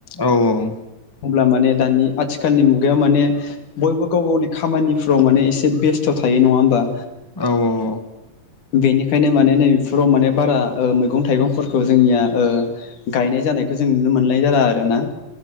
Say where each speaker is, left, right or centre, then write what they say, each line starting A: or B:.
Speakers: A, on the left (about 15°); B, on the left (about 65°).
A: औ औ।
B: अब्ला माने दानि आथि खालनि मुगायाव माने बयबो गाव गावनि खामानिफ्राव माने एसे बेस्थ' थायो नङा होमबा।
A: औ औ।
B: बेनिखायनो माने नैबेफोराव माने बारा मैगं थाइगंफोरखौ जोंनिया ओ गायनाय जानायखौ जों नुनो मोननाय जाला आरो ना।